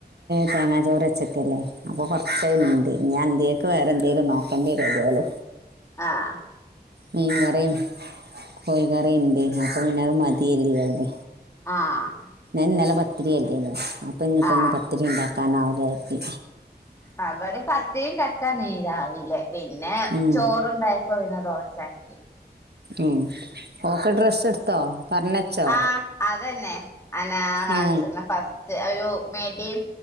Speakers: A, on the right; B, on the left.
A: തേങ്ങാ ചോറ് വച്ചക്കല്ലേ അപ്പൊ കൊറച്ച ഉണ്ട് ഞാൻ അന്യൊക്കെ വേറെന്ത ഇത് നോക്കേണ്ടിരാലോ
B: ആഹ്
A: മീൻ കറി കോഴിക്കറീണ്ട് അപ്പൊ പിന്നെ മതിയര്തികാണ്ട്.
B: ആഹ്
A: ഇന്നല പത്തിരിയല്ലേന്ന അപ്പൊ ഇനിപ്പോ
B: ആഹ്
A: ഒന്ന് പത്തിരി ഉണ്ടാക്ക കനാവൂലര്തി
B: അവര് പത്തിണ്ടക്കാ നീ രാവിലെ പിന്നെ
A: ഉം,
B: ചോറുണ്ടായപ്പോ പിന്നെ ദോശാകി.
A: ഉം ക്കെ ഡ്രസ്സ് എടുത്തോ പറഞ്ഞച്ചോ
B: ആഹ അതന്നെ അന കാണിച്ചിന്ന
A: ഏ
B: ഫസ്റ്റ് ഒരു മേടിയും